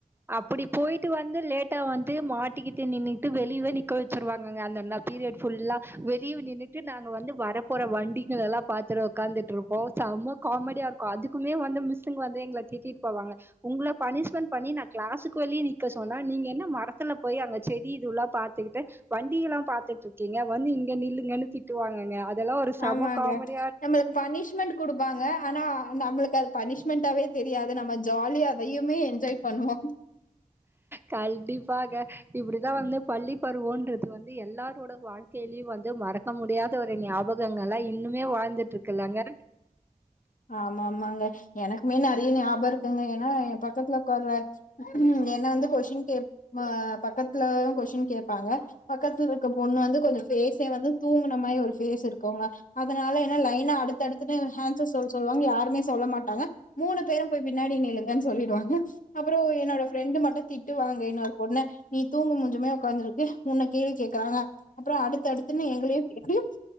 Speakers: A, on the right (about 15°); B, on the left (about 65°).
A: அப்படி போயிட்டு வந்து லேட்டா வந்து மாட்டிக்கிட்டு நின்னுட்டு வெளியே நிக்க வச்சிருவாங்க அந்த பீரியட் ஃபுல்லா வெளிய நின்னுட்டு நாங்க வந்து வரப்போற வண்டிங்களலாம் பாத்துட்டு உட்காந்துட்டு இருப்போம் செம்ம காமெடியா இருக்கும் அதுக்குமே வந்து மிஸ்ஸிங்க வந்து எங்களை திட்டிட்டு போவாங்க உங்களை பனிஷ்மெண்ட் பண்ணி க்ளாஸுக்கு வெளிய நிக்க சொன்னா நீங்க என்ன மரத்துல போய் அங்க செடி இதுல்லாம் பாத்துக்கிட்டு வண்டி எல்லாம் பாத்துட்டு இருக்கீங்க வந்து இங்க நில்லுங்கன்னு திட்டுவாங்கங்க அதெல்லாம் ஒரு செம
B: ஆமாங்க
A: காமெடியா
B: நம்மளுக்கு பனிஷ்மெண்ட் கொடுக் பாங்க ஆனா நம்மளுக்கு அது பனிஷ்மெண்டாவே தெரியாது நம்ம ஜாலியா அதையுமே என்ஜாய் பண்ணுவோ
A: கண்டிப்பாங்க இப்படிதான் வந்து பள்ளி பருவோம் க்கு வந்து எல்லாரோட வாழ்க்கை கேள்வி வந்து மறக்க முடியாத ஒரு ஞாபகங்களா இந்த இன்னுமே வாழ்ந்துட் இருக்குலங்க
B: ஆமா ஆமாங்க எனக்குமே நிறைய ஞாபகம் இருக்குங்க ஏன்னா என் பக்கத்துல உக்காருவ என்ன வந்து கொஸ்டின் கே பக்கத்துல கொஸ்டின் கேட்பாங்க பக்கத்துல இருக்க பொண்ணு வந்து கொஞ்சம் பேஸ்ஸே வந்து தூங்கின மாதிரி ஒரு ஃபேஸ் இருக்குங்க அதனால ஏன்னா லைன்னா அடுத்தடுத்துனு சொல் சொல்லுவாங்க யாருமே சொல்ல மாட்டாங்க மூணு பேரும் போய் பின்னாடி நில்லுங்கன்னு சொல்லிடுவாங்க அப்புறம் என்னோட ஃப்ரெண்டு் மட்டும் திட்டு வாங்க இன்னொரு பொண்ண நீ தூங்கும் மூச்சி மாரி உக்காந்துருக்கு உன்ன கேள்வி கேக்குறாங்க அப்புறம் அடுத்து அடுத்து அடுத்துன்னு எங்களையும் கேட்டு